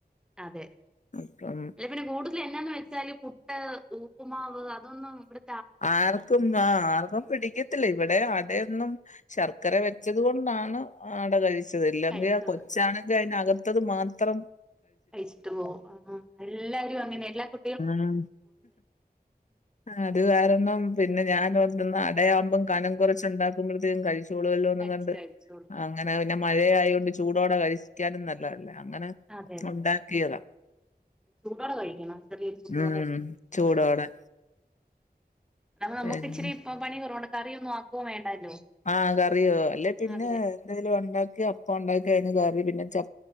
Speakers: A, in the centre; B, on the left (about 45°).
A: അതെ
B: അപ്പം
A: അല്ല പിന്നെ കൂടുതൽ എന്നാന്ന് വെച്ചാല് പുട്ട്, ഉപ്പുമാവ് അതൊന്നും ഇവിടെ
B: ആർക്കും ആഹ് ആർക്കും പിടിക്ക ത്തില്ല. ഇവിടെ അടയൊന്നും ശർക്കര വെച്ചത് കൊണ്ടാണ് അട കഴിച്ച ച്ചത് ഇല്ലെങ്കിൽ
A: കഴിച്ചത്
B: ആ കൊച്ചാണെങ്കിൽ അയിനകത്തത് മാത്രം
A: കഴിച്ചിട്ട് പോവും. ആഹ്. എല്ലാരുങ്ങനെ എല്ലാ കു
B: മ്മ് അത് കാരണം പിന്നെ ഞാനോർതന്നാന്ന അടയാവുമ്പോം കനം കുറച്ചുണ്ടാക്കുമ്പത്തേക്കും കഴിച്ചു ച്ചോളുവാലൊന്നു
A: കഴിച്ച്
B: കണ്ട്
A: കഴിച്ചോളും
B: അങ്ങനെ പിന്നെ മഴയായോണ്ട് ചൂടോടെ കഴിക്കാനും നല്ലതല്ലേ അങ്ങനെ
A: അതെതെ.
B: ഉണ്ടാക്കിയതാ
A: ചൂടോടെ കഴിക്കണം. ചെറിയ ചൂടോടെ
B: ഉം ചൂടോടെ
A: കൊടുക്കണം. ഇതാമ്പോ നമ്മുക്കിച്ചിരി
B: പിന്നെ
A: പൊ പണി കൊറവുണ്ട് കറിയൊന്നും ആക്കൂ വേണ്ടല്ലോ.
B: ആഹ് കറിയോ അല്ലെ തിനോ
A: അതെ
B: എന്തെലും ഉണ്ടാക്കി അപ്പം ഉണ്ടാക്കിഅയിന് കറി. പിന്നെ ച